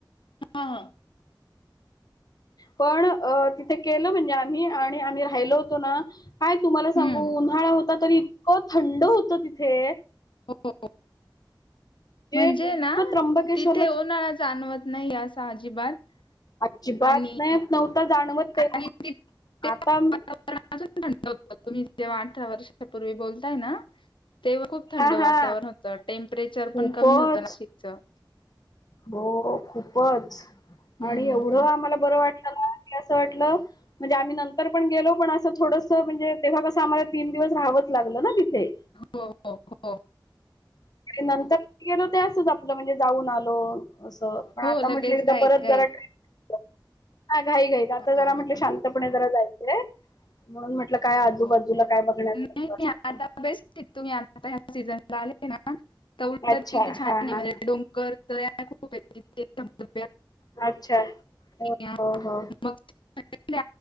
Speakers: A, on the left (about 85°); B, on the left (about 50°).
A: हा हा
B: पण अ तिथे केलं म्हणजे आम्ही आणि राहिलो होतो ना काय तुम्हाला सांगू
A: हम्म
B: उन्हाळा हो तरी इतकं थंड होत तिथे!
A: हो म्हणजे
B: इतकं
A: ना
B: त्र्यंबकेश्वरला
A: तिथे उन्हाळा जाणवत नाही असं अजिबात
B: अजिबात
A: आणि
B: नाही नव्हत जाणवत ते
A: आणि ति ते
B: आता मी
A: वातावरण अजून थंड तुम्ही जेव्हा अठरा वर्षाच्या पूर्वी बोलताय ना? तेव्हा खूप थंड
B: हा हा
A: वातावरण होतं टेमं प्रेचर
B: खूपच
A: पण कमी होतं नाशिक <unintelligible>
B: हो खूपच
A: हम्म.
B: आणि एवढं आम्हाला बरं वाट मला कि असं वाटलं म्हणजे आम्ही नंतर पण गेलो पण असं थोडस म्हणजे तेव्हा कसं आम्हाला तीन दिवस राहावंच लागलं ना तिथे
A: हो, हो, हो,
B: आणि नंतर गेलो ते असच, आपलं म्हणजे जाऊन आलो असं पण
A: हो
B: आता
A: लगेच
B: म्हटलं एकदा
A: घाईत
B: परत
A: घाईत.
B: जरा ट्रिप ह घाई घाईत आता
A: हां,
B: जरा
A: हां,
B: म्हटलं शांतपणे जरा जाईं ह <inaudible> म्हणून म्हटलं काय
A: हो,
B: आजूबाजूला
A: हो.
B: काय बघण्याचा
A: नाही, नाही
B: अस
A: आता
B: असत
A: बेस्ट आहे तुम्ही आता ह सीझन ला आलेय ना तर उलट
B: अच्छा
A: तिथे छान
B: हा
A: आहे
B: हा
A: म्हणजे डोंगर दऱ्या ू व्य <inaudible>
B: अच्छा
A: अं,
B: हो हो
A: मग तिथले